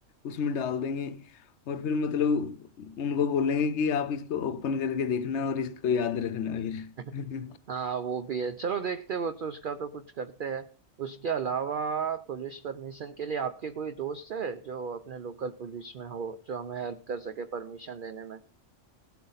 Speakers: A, on the left; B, on the right.
A: उसमें डाल देंगे और फिर मतलब उनको बोलेंगे कि आप इसको ओपन करके देखना और इसको याद रखना फिर
B: <laughs>
A: <laughs>
B: हाँ वो भी है चलो देखते हैं, वो तो उसका तो कुछ करते हैं उसके अलावा पुलिस परमिशन के लिए आपके कोई दोस्त है जो अपने लोकल पुलिस में हो जो हमें हेल्प कर सके परमिशन लेने में